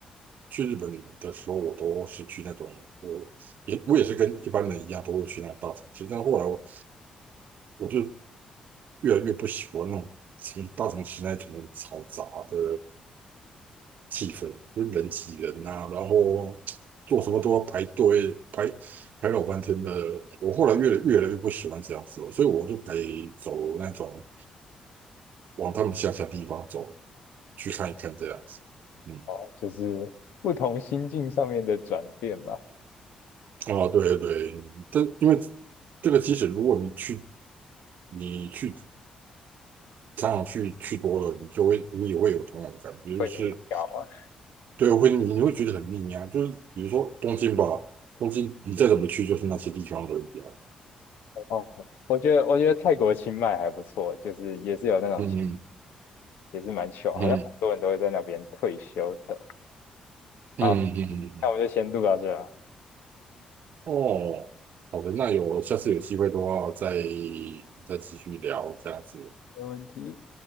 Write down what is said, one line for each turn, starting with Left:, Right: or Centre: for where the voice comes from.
Right: 去日本的时候，我都是去那种，我也我也是跟一般人一样，都会去那种大城市。但后来我我就越来越不喜欢那种城大城市那种嘈杂的气氛，就是人挤人啊，然后做什么都要排队排排老半天的。我后来越来越来越不喜欢这样子了，所以我就得走那种往他们乡下地方走。去看一看这样子。嗯，
Left: 哦，就是不同心境上面的转变嘛。
Right: 啊，对对，这因为这个即使如果你去你去常常去去多了，你就会你也会有同样的感觉，
Left: 会腻掉啊。
Right: 就是对，会你会觉得很腻啊。就是比如说东京吧，东京你再怎么去就是那些地方而已啊。
Left: OK，我觉得我觉得泰国清迈还不错，就是也是有那种
Right: 嗯嗯
Left: 也是蛮 c 好像很多人都会在那边退休的。
Right: 嗯嗯嗯嗯，
Left: 好，
Right: 嗯
Left: 那我们就先录到这了。
Right: 哦，好的，那有下次有机会的话再再继续聊这样子。
Left: 没问题。